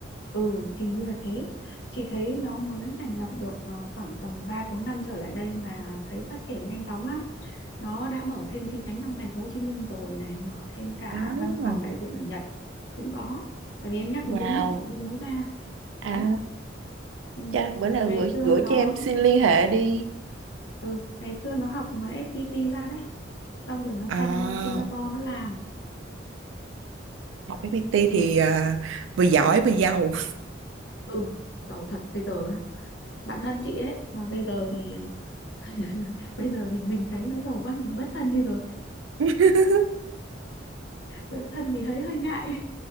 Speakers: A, on the left; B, on the right.
A: Ừ, hình như là thế. Chị thấy nó mới thành lập được ờ, khoảng tầm ba bốn năm trở lại đây mà thấy phát triển nhanh chóng lắm. Nó đã mở thêm chi nhánh trong thành phố Hồ Chí Minh rồi này, mở thêm cả
B: À.
A: văn phòng đại diện ở Nhật cũng có. Tại vì em nhắc
B: Wow.
A: đến tiếng Nhật chị mới nhớ ra.
B: À,
A: Đấy. Ừ.
B: cha, bữa nào
A: Ngày
B: gửi
A: xưa
B: gửi cho
A: nó
B: em xin liên hệ đi.
A: ừ, ngày xưa nó học nó FPT ra đấy, xong rồi nó
B: À,
A: sang ờ, Singapore nó làm
B: học FPT
A: để
B: thì à, vừa giỏi vừa giàu
A: ừ, giàu thật bây giờ. Bạn thân chị ấy mà bây giờ thì <laughs> bây giờ thì mình thấy nó giàu quá mình bất thân đi rồi.
B: <laughs>
A: Ờ, thân thì hơi hơi ngại